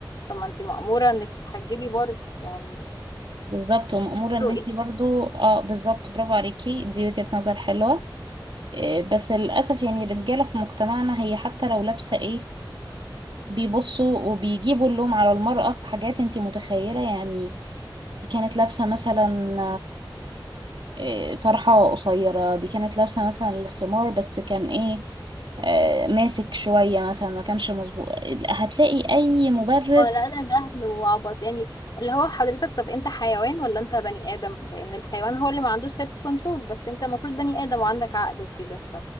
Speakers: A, on the left (about 55°); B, on the right (about 75°).
A: طب ما انت مأمورة انك تتحجبي برضه يعني
B: بالظبط ومأمورة ان
A: رؤية
B: انتي برضو اه بالظبط برافو عليكي دي وجهة نظر حلوة إيه، بس للأسف يعني الرجالة في مجتمعنا هي حتى لو لابسة ايه بيبصوا وبيجيبوا اللوم على المرأة في حاجات انتي متخيلة يعني دي كانت لابسة مثلا آه، طرحة قصيرة دي كانت لابسة مثلا الخمار بس كان ايه آه، ماسك شوية مثلا ما كانش مظبوط هتلاقي أي مبرر
A: اه لا ده جهل وعبط يعني اللي هو حضرتك طب انت حيوان ولا انت بني آدم لأن الحيوان هو اللي ما عندوش سيلف كنترول بس انت المفروض بني آدم وعندك عقل وكده